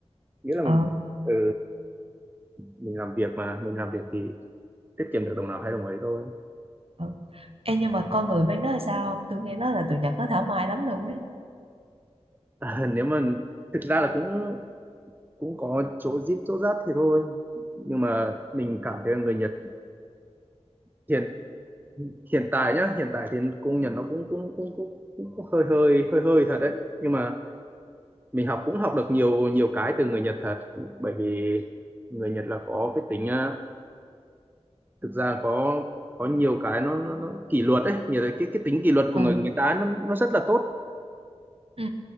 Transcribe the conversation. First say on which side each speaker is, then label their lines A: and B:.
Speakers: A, on the right; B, on the right.
A: nghĩa là
B: ờ,
A: mình ừ, mình làm việc mà mình làm việc thì tiết kiệm được đồng nào hay đồng ấy thôi
B: ờ. Ê, nhưng mà con người bên đó là sao không? Tôi nghe nói là tụi Nhật nó thảo mai lắm luôn ấy.
A: <laughs> à, nếu mà thực ra là cũng cũng có chỗ zip chỗ rách thì thôi nhưng mà mình cảm thấy là người Nhật hiện hiện tại nhá hiện tại thì công nhận nó cũng cũng cũng cũng, cũng, cũng hơi hơi hơi hơi thật đấy nhưng mà mình học cũng học được nhiều nhiều cái từ người Nhật thật bởi vì người Nhật là có cái tính à, thực ra có có nhiều cái nó nó, nó kỷ luật đấy nhiều cái cái tính kỷ luật
B: Ờ,
A: của người người ta nó nó rất là tốt
B: ừ,